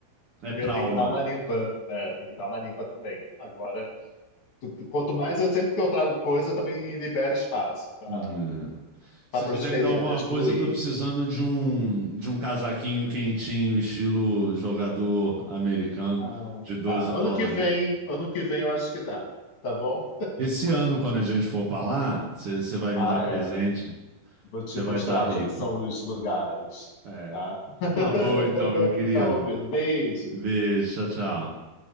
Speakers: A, on the right; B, on the left.
A: É trauma.
B: Eu tenho que dar uma limpa. É, tem que dar uma limpa também. Agora, tu- tu- quanto mais eu sempre que eu trago coisa, eu também libero espaço para
A: Hum, é. Se
B: a prosperidade
A: quiser me dar alguma coisa,
B: fluir.
A: eu tô precisando de um, de um casaquinho quentinho, estilo jogador americano,
B: Ah,
A: de 12
B: tá. Ano
A: dólares.
B: que vem, ano que vem eu acho que dá, tá bom?
A: Esse ano, quando a gente for pra lá, você vai
B: Ah,
A: me dar presente,
B: é. Vou te
A: você
B: mostrar
A: vai estar rica.
B: onde é que são os lugares,
A: É.
B: tá? <laughs>
A: Tá bom então, meu querido.
B: Tá bom, querido. Beijo.
A: Beijo, tchau, tchau.